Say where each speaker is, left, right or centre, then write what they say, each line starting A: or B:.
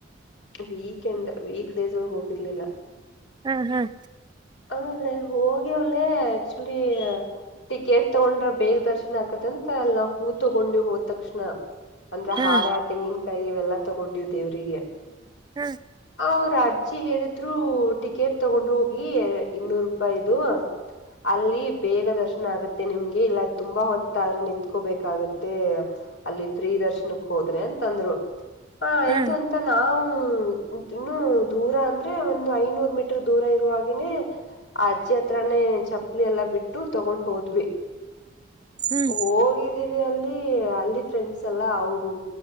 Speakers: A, on the left (about 70°); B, on the right (about 25°).
A: ವೀಕೆಂಡ್ ವೀಕ್ ಡೇಸ್ ಒಳಗ್ ಹೋಗಿರ್ಲಿಲ್ಲ.
B: ಹ್ಮ್ ಹ್ಮ್
A: ಆಮೇಲೆ ಹೋಗಿ ಒಳ್ಳೆ ಆಕ್ಚುಲಿ ಟಿಕೆಟ್ ತಗೊಂಡ್ರ ಬೇಗ ದರ್ಶನ್ ಆಕತ್ತಂತ ಅಲ್ಲಾ ಹೂ ತಗೊಂಡಿ ಹೋದ್ ತಕ್ಷಣ. ಅಂದ್ರೆ
B: ಹ
A: ಹಾರ ತೆಂಗಿನಕಾಯಿ ಇವೆಲ್ಲಾ ತಗೊಂಡ್ವಿ ದೇವ್ರಿಗೆ.
B: ಹಾ
A: ಅವ್ರು ಅಜ್ಜಿ ಹೇಳಿದ್ರು ಟಿಕೆಟ್ ತಗೊಂಡ್ ಹೋಗಿ ಇನ್ನೂರು ರೂಪಾಯಿದು. ಅಲ್ಲಿ ಬೇಗ ದರ್ಶನ ಆಗುತ್ತೆ. ನಿಮ್ಗೆ ಇಲ್ಲ ತುಂಬಾ ಹೊತ್ತಾದ್ರೆ ನಿಂತ್ಕೋಬೇಕಾಗತ್ತೆ. ಅಲ್ಲಿ ಪ್ರಿ ದರ್ಶನಕ್ ಹೋದ್ರೆ ಅಂತಂತಂದ್ರು ಆ ಆಯ್ತು
B: ಹ ಹ
A: ಅಂತ ಅಂತ ನಾವು ಇನ್ನು ದೂರ ಅಂದ್ರೆ ಒಂದು ಐನೂರು ಮೀಟರ್ ದೂರ ಇರುವಾಗ ಗನೆ ಆ ಅಜ್ಜಿ ಹತ್ರಾನೇ ಚಪ್ಪಲಿ ಎಲ್ಲಾ ಬಿಟ್ಟು ತಗೊಂಡ್ ಹೋದ್ವಿ.
B: ಹ್ಮ್
A: ಹೋಗಿದ್ದೀವಿ ಅಲ್ಲಿ ಅಲ್ಲಿ ಫ್ರೆಂಡ್ಸ್ ಎಲ್ಲ ಅವ್ರು